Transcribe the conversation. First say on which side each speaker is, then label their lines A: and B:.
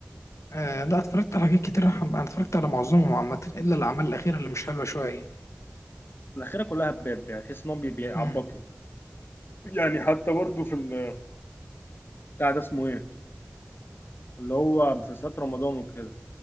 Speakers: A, on the left (about 85°); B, on the left (about 45°).
A: آه لا اتفرجت على حاجات كتير انا اتفرجت على معظمهم عامة الا الاعمال الاخيرة اللي مش حلوة شوية
B: الاخيره كلها باب يعني تحس انهم بي- بيعبطوا
A: مم.
B: يعني حتى برضه في ال- بتاع ده اسمه ايه اللي هو مسلسلات رمضان وكده